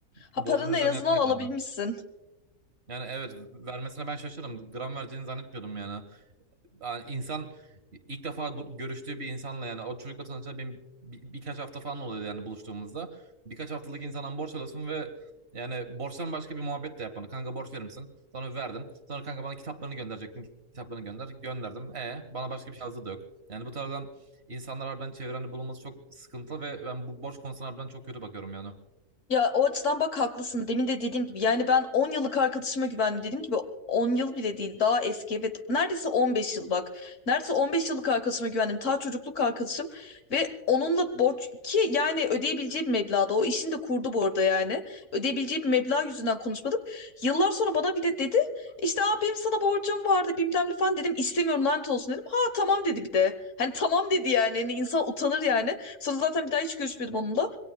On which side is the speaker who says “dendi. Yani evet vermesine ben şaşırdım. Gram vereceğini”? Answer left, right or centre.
Right